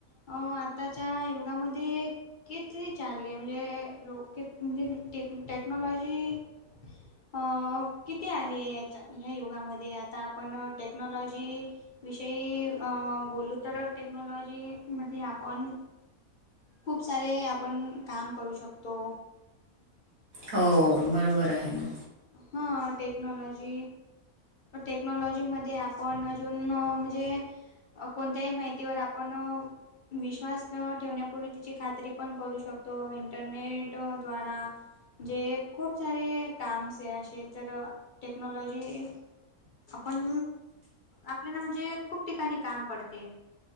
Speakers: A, on the left (about 50°); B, on the right (about 75°).
A: अ आताच्या युगामध्ये कितीती चचालली आहे म्हणजे लो म्हणजेे टेक्नॉलॉजी अ किती आले याच्या ह्या युगामध्ये आता आपण टेक्नॉलॉजी विषयी बोलू तर टेक्नॉलॉजी मध्ये आपण खूप सारे आपण काम करू शकतो.
B: हो बरोबर आहे ना.
A: हा टेक्नॉलॉजी. टेक्नॉलॉजीमध्येध्ये आपण अजून म्हणजे. कोणत्याही माहितीवर आपण विश्वास न ठेवण्यापूर्वी तिची खात्री पण करू शकतो इंटरनेट द्वारा जे खूप सारे काम से असे तर टेक्नॉलॉजी आपण आपल्याला म्हणजे खूप ठिकाणी काम पडते